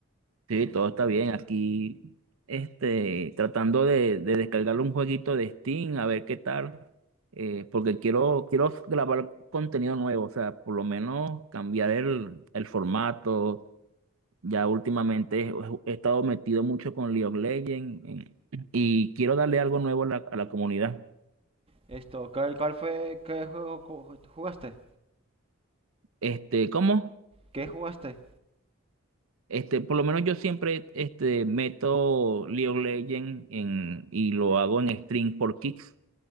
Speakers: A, on the right (about 70°); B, on the right (about 25°).
A: Sí, todo está bien. Aquí, este, tratando de, de descargar un jueguito de Steam, a ver qué tal, eh, porque quiero, quiero grabar contenido nuevo, o sea, por lo menos cambiar el, el formato. Ya últimamente he, he estado metido mucho con League of Legends eh, y quiero darle algo nuevo a la, a la comunidad.
B: Esto, ¿cuál, cuál fue? ¿Qué juego co- jugaste?
A: Este, ¿cómo?
B: ¿Qué jugaste?
A: Este, por lo menos yo siempre este, meto League of Legends en, y lo hago en stream por Kicks.